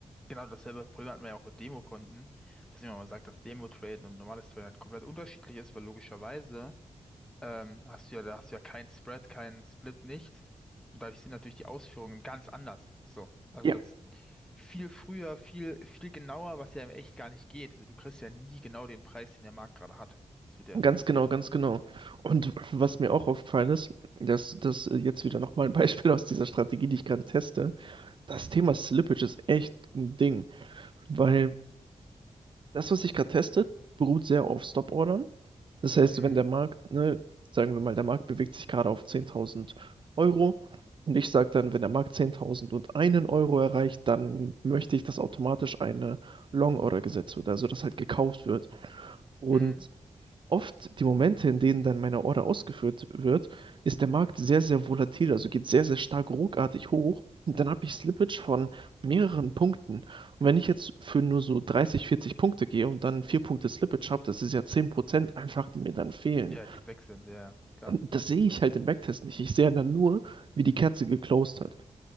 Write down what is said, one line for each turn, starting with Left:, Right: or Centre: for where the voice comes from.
Centre: Genau dasselbe Problem hatten wir ja auch mit Demokonten. Dass jemand mal sagt, dass Demo-Traden und normales Traden halt komplett unterschiedlich ist, weil logischerweise. ähm, hast du ja, da hast du ja keinen Spread, keinen Split, nichts. Und dadurch sind natürlich die Ausführungen ganz anders. So. Also
Right: Ja.
Centre: das ist viel früher, viel, viel genauer, was ja im Echt gar nicht geht. Also du kriegst ja nie genau den Preis, den der Markt gerade hat. Das wird ja nicht
Right: Ganz
Centre: passieren.
Right: genau, ganz genau. Und was mir auch aufgefallen ist, dass das jetzt wieder nochmal ein <laughs> Beispiel aus dieser Strategie, die ich gerade teste. Das
Centre: Mhm.
Right: Thema Slippage ist echt ein Ding, weil das, was ich gerade teste, beruht sehr auf Stop-Ordern. Das heißt,
Centre: Mhm.
Right: wenn der Markt, ne, sagen wir mal, der Markt bewegt sich gerade auf 10.000 Euro und ich sage dann, wenn der Markt 10.001 Euro erreicht, dann möchte ich, dass automatisch eine Long-Order gesetzt wird, also dass halt gekauft wird. Und
Centre: Mhm.
Right: oft die Momente, in denen dann meine Order ausgeführt wird, ist der Markt sehr, sehr volatil, also geht sehr, sehr stark ruckartig hoch. Und dann habe ich Slippage von mehreren Punkten. Und wenn ich jetzt für nur so 30, 40 Punkte gehe und dann 4 Punkte Slippage habe, das ist ja 10% einfach, die mir dann fehlen.
Centre: Ja, die wechseln, ja, ja, klar.
Right: Das sehe ich halt im Backtest nicht. Ich sehe dann nur, wie die Kerze geclosed hat.